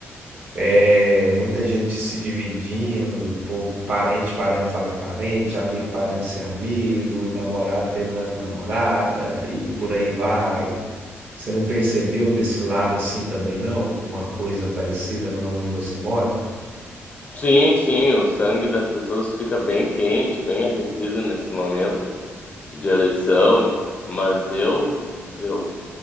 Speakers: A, on the right (about 40°); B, on the left (about 30°).
A: É, muita gente se dividindo, pô, parente parando de falar com parente, amigo parando de ser amigo, e namorado terminando com namorada, e por aí vai. Você não percebeu desse lado assim também, não? Uma coisa parecida, não é onde você mora?
B: Sim, sim, o sangue das pessoas fica bem quente, bem aquecido nesse momento de, de eleição, mas eu, eu